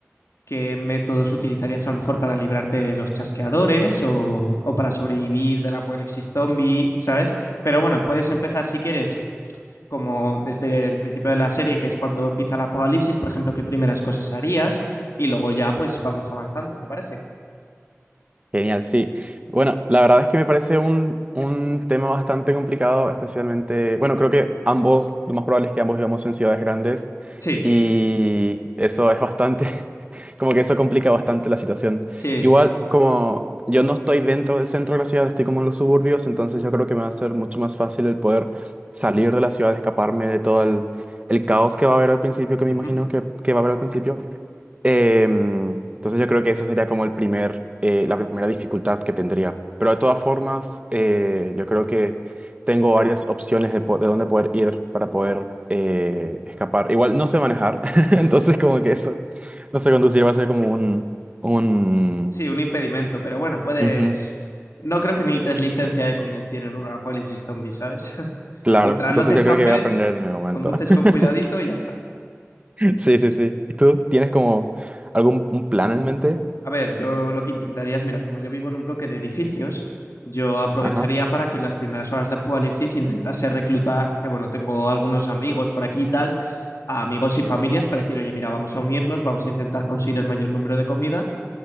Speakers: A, on the left; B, on the right.
A: ¿qué métodos utilizarías a lo mejor para librarte de los chasqueadores o, o para sobrevivir del apocalipsis zombie, ¿sabes? Pero bueno, puedes empezar si quieres como desde el principio de la serie, que es cuando empieza el apocalipsis, por ejemplo, qué primeras cosas harías y luego ya pues vamos avanzando, ¿te parece?
B: Genial, sí. Bueno, la verdad es que me parece un, un tema bastante complicado, especialmente, bueno, creo que ambos, lo más probable es que ambos vivamos en ciudades grandes
A: Sí,
B: y eso es bastante, <laughs> como que eso complica bastante la situación.
A: sí,
B: Igual,
A: sí, sí.
B: como yo no estoy dentro del centro de la ciudad, estoy como en los suburbios, entonces yo creo que me va a ser mucho más fácil el poder salir de la ciudad, escaparme de todo el, el caos que va a haber al principio, que
A: Ujú.
B: me imagino que, que va a haber al principio. Em, entonces yo creo que esa sería como el primer, eh, la primera dificultad que tendría. Pero de todas formas, eh, yo creo que tengo varias opciones de, po- de dónde poder ir para poder eh, escapar. Igual no sé manejar, <laughs> entonces como que eso, no sé conducir, va a ser como un, un...
A: Sí, un impedimento, pero bueno, puedes...
B: ujú,
A: No creo que necesites licencia de conducir en un apocalipsis zombie, ¿sabes? <laughs>
B: claro,
A: Mientras
B: entonces
A: no te estampes,
B: yo creo que voy a aprender en el momento.
A: conduces
B: <laughs>
A: con cuidadito y ya está.
B: Sí, sí, sí. ¿Y tú tienes como algún un plan
A: Ujú.
B: en mente?
A: A ver, yo lo que intentaría es, mira, como yo vivo en un bloque de edificios, yo aprovecharía
B: Ajá.
A: para que en las primeras horas de Apocalipsis intentase reclutar, que bueno, tengo algunos amigos por aquí y tal, a amigos y familias para decir, oye, mira, vamos a unirnos, vamos a intentar conseguir el mayor número de comida